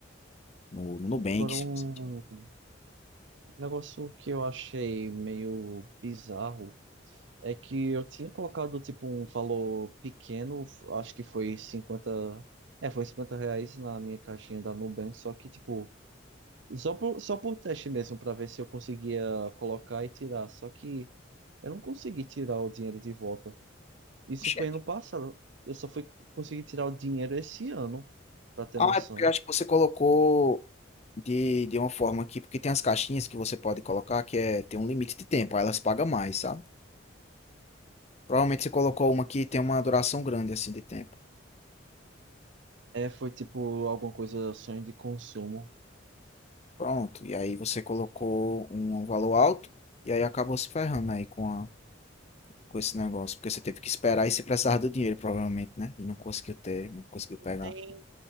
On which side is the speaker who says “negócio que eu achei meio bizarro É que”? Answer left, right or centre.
Right